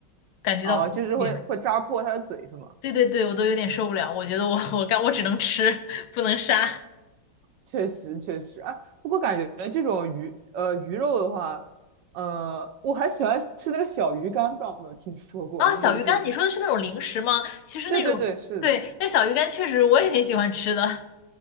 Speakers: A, on the left; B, on the right.
A: 感觉到恐惧。
B: 哦，就是会会扎破它的嘴是吗？
A: 对对对，我都有点受不了，我觉得我 <laughs> 我干我只能吃，不能杀。
B: 确实确实，哎，不过感觉这种鱼呃鱼肉的话，呃，我还喜欢吃那个小鱼干，不知道有没有听说过？
A: 啊，
B: 就是这里，
A: 小鱼干，你说的是那种零食吗？其实那种，
B: 对对对，是的。
A: 对，那小鱼干确实我也挺喜欢吃的。